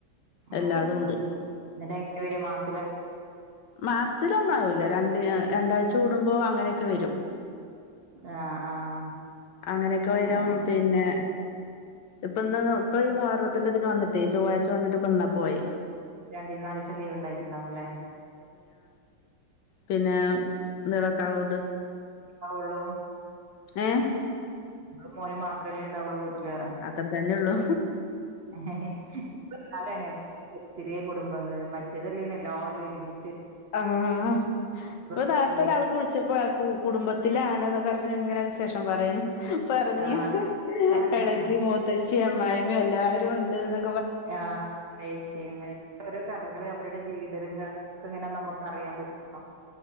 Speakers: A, on the right; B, on the left.
A: ഉം
B: എല്ലാതും
A: ഉം
B: ഉണ്ട്
A: എന്നിട്ടങ്ങനെ ഒരു മാസത്തില
B: മാസത്തിലൊന്നാവൂല്ല രണ്ട് രണ്ടാഴ്ച കൂടുമ്പോ അങ്ങനെയൊക്കെ വരും.
A: ആഹ് ആഹ്
B: അങ്ങനെയൊക്കെ വരും.
A: അങ്ങനെ
B: പിന്നെ ഇപ്പൊ ഇന്നാണ് ഇപ്പൊ മുഹറത്തിന്റെ തിന്‌ വന്നിട്ടേ ചൊവ്വാഴ്ച വന്നിട്ട് ഇപ്പൊ ഇന്നാ പോയേ.
A: രണ്ട് നാല് ദിവസം ലീവ് ഉണ്ടായിട്ടുണ്ടാവും അല്ലേ
B: പിന്നെന്ത്ളക്കാവ കൊണ്ട്
A: ആവ്ള്ളോ
B: ഏഹ്
A: ഇങ്ങളും മോനും മാത്രല്ലേ ഉണ്ടാവുള്ളൂ. വീ ക്ലിയറാ
B: അത്ര തന്നെ ഉള്ളു
A: ഏഹ് ഇപ്പ എല്ലാരുംഅങ്ങേൻ തന്നെ ചെറിയ കുടുംബങ്ങള് മറ്റേതല്ലേന്ന് എല്ലാവരും ഒരുമി
B: ആഹഹാ
A: ഭക്ഷണം
B: നേരത്തെ
A: വെ
B: ഒരാൾക്ക് വിളി ച്ചപ്പോ ആ കു കുടുംബത്തിലാണ് എന്നൊക്കെ പറഞ്ഞ് ഇങ്ങനെ വിശേഷം പറയുന്ന് പറഞ്ഞ്
A: ആഹ് രസാണ്
B: എളച്ചി
A: ഇങ്ങനെ
B: മൂത്തച്ചി അമ്മായിമ്മയും എല്ലാരും ഉണ്ട്ന്ന്
A: ആഹ് കയ്ചെയ്യുന്ന ഓരോ കഥകളും അവരുടെ ജീവിത രംഗ ത്തക്കെ എങ്ങനെ നമുക്ക് അറിയാൻ പറ്റും